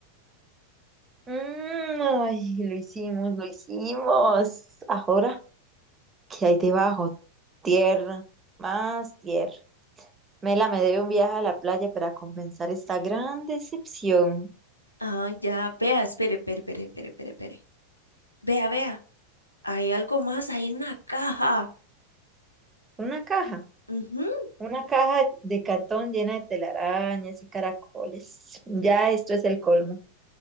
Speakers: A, on the right (about 20°); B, on the left (about 85°).
A: Mm, ay, lo hicimos, lo hicimos. Ahora, ¿qué hay debajo? Tierra, más tierra. Mela me debe un viaje a la playa para compensar esta gran decepción.
B: Ay, ya, vea, espere, espere, espere, espere, espere, espere. Vea, vea, hay algo más, hay una caja.
A: Una caja,
B: Ujú.
A: una caja de cartón llena de telarañas y caracoles. Ya esto es el colmo.